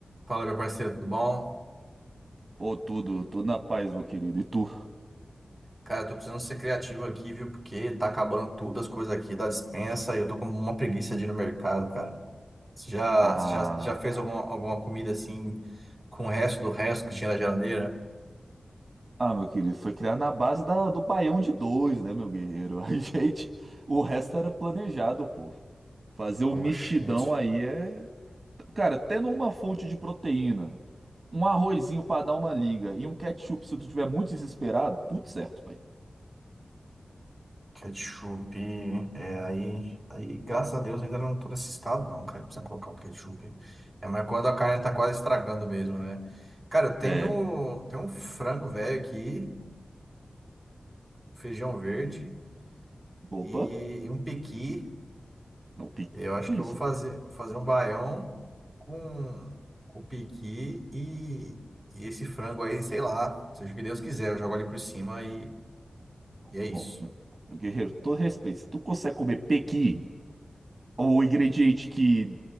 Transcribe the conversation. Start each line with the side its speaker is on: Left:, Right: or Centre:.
Centre: Fala, meu parceiro, tudo bom?
Right: Ô, tudo, tudo na paz, meu querido. E tu?
Centre: Cara, eu tô precisando ser criativo aqui, viu? Porque tá acabando tudo as coisas aqui da despensa e eu tô com uma preguiça de ir no mercado, cara. Você já,
Right: Ah,
Centre: você já, já fez alguma, alguma comida assim com o resto do resto que tinha na geladeira?
Right: ah, meu querido, foi criado na base da, do baião de dois, né, meu guerreiro? <laughs> A gente, o resto era planejado, pô. Fazer o
Centre: Oh,
Right: mexidão
Centre: gente,
Right: aí é. Cara, tendo uma fonte de proteína, um arrozinho pra dar uma liga e um ketchup se tu tiver muito desesperado, tudo certo, pai.
Centre: ketchup. É, aí, aí, graças a Deus, ainda não tô nesse estado, não, cara. Não Precisa colocar o ketchup. É, mas quando a carne tá quase estragando mesmo, né? Cara, eu tenho,
Right: É.
Centre: tenho um frango velho aqui, um feijão verde
Right: Opa,
Centre: e um pequi.
Right: não, pique.
Centre: Eu acho
Right: Que
Centre: que
Right: isso,
Centre: eu vou fazer,
Right: cara?
Centre: vou fazer um baião com, com piqui e, e esse frango aí, sei lá, seja o que Deus quiser, eu jogo ali por cima e, e é isso.
Right: Ô, meu, meu guerreiro, todo respeito. Se tu consegue comer pequi o ingrediente que.